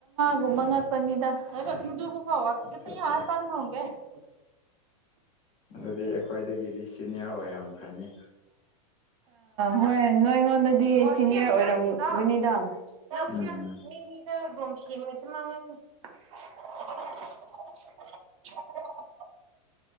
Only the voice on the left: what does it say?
ꯑꯠꯆꯥ ꯑꯠꯆꯥ ꯑꯗꯨꯗꯤ ꯑꯩꯈꯣꯏꯗꯒꯤꯗꯤ ꯁꯤꯅꯤꯌꯔ ꯑꯣꯏꯔꯝꯈ꯭ꯔꯅꯤ
ꯎꯝ